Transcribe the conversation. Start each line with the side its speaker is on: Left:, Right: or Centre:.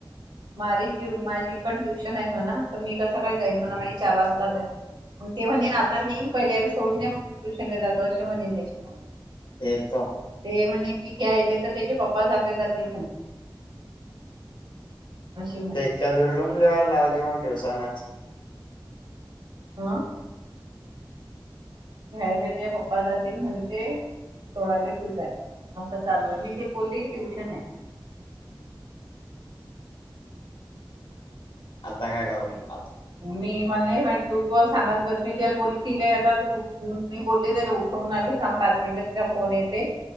Right: माझ्य माझी पण ट्युशन आहे म्हणा तर मी कसकडे जाईन म्हणा माझी चार वाजता आहे मग ते म्हणेन आता नी पहिल्याला सोडून द मग तू ट्युशन ला जाव अशी म्हणेन त्याच्याून
Left: ते तो
Right: ते म्हणे की घ्यायले तर त्याचे पप्पा चाले जातील म्हणते अशी म्हणे
Left: तर इतकका दूर लूम लिवायला लावली मग ठ दिवसानात
Right: हं घ्यायला ते पप्पा जातील म्हणते सोडायला्यूझ असं चालू आहे मी जे बोलली की ट्यूशन आहे
Left: आता काय करू म
Right: मी मला नाही माहित तू तू सांगत बस मी त्याला बोलतील आता तू मी बोलली त्याला उठवून आली पाच मिनिट तिला फोन येते